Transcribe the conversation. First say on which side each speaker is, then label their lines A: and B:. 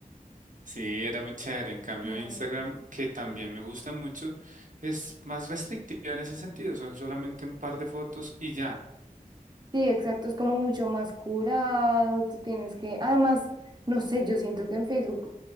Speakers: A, on the right; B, on the right.
A: Sí, era muy chévere. En cambio,
B: Mm,
A: Instagram, que también me gusta mucho, es más restrictiva en ese sentido. Son solamente un par de fotos y ya.
B: Sí, exacto, es como mucho más curado, tú tienes que, además, no sé, yo siento que en Facebook